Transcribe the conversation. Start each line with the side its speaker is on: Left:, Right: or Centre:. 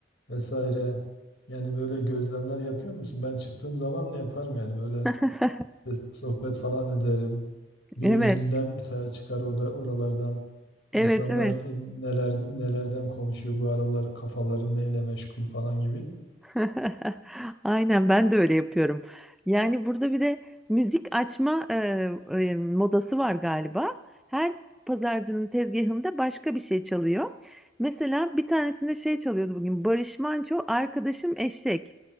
Left: vesaire yani böyle gözlemler yapıyor musun? Ben çıktığım zaman yaparım yani böyle
Centre: <laughs>
Left: işte sohbet falan ederim. Bir
Centre: Evet.
Left: gündem ortaya çıkar orada oralardan. İnsanlar
Centre: Evet, evet.
Left: e, neler nelerden konuşuyor bu aralar kafaları neyle meşgul falan gibi.
Centre: <laughs> Aynen ben de öyle yapıyorum. Yani burada bir de müzik açma e, e, modası var galiba. Her pazarcının tezgahında başka bir şey çalıyor. Mesela bir tanesinde şey çalıyordu bugün. Barış Manço, arkadaşım eşek.